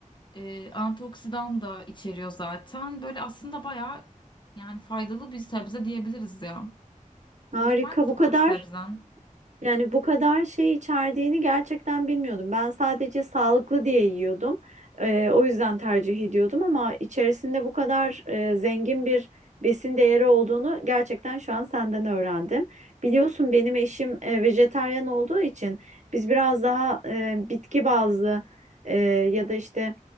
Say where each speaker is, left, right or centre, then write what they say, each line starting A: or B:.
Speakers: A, on the left (about 35°); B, on the right (about 60°).
A: Ee, antioksidan da içeriyor zaten. Böyle aslında bayağı yani faydalı bir sebze diyebiliriz ya. Senin
B: Harika,
A: var mı favori
B: bu kadar.
A: sebzen?
B: Yani bu kadar şey içerdiğini gerçekten bilmiyordum. Ben sadece sağlıklı diye yiyordum. Ee, o yüzden tercih ediyordum ama içerisinde bu kadar e, zengin bir besin değeri olduğunu gerçekten şu an senden öğrendim. Biliyorsun benim eşim e, vejetaryen olduğu için biz biraz daha e, bitki bazlı e, ya da işte